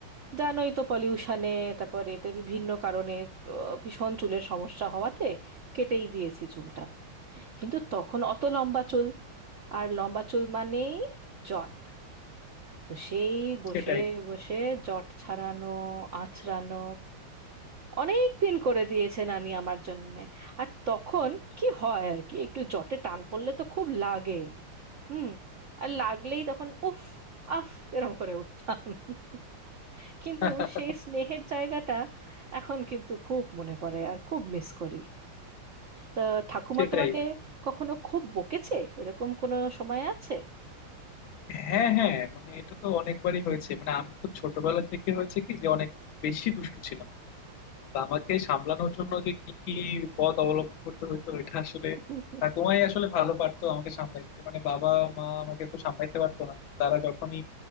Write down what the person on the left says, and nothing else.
সেটাই
<laughs>
সেটাই
হ্যাঁ হ্যাঁ মানে এটা তো অনেকবারই হয়েছে মানে আমি তো ছোটবেলা থেকে হয়েছে কি যে অনেক বেশি দুষ্টু ছিলাম তো আমাকে সামলানোর জন্য যে কি কি পথ অবলম্বন করতে হতো এটা আসলে
ঠাকুমাই আসলে ভালো পারতো আমাকে সামলাইতে মানে বাবা মা আমাকে তো সামলাইতে পারতো না তারা যখনই